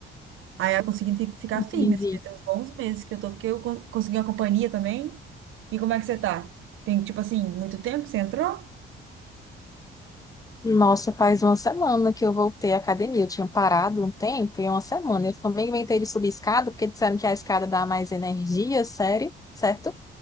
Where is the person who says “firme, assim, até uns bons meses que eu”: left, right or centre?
Right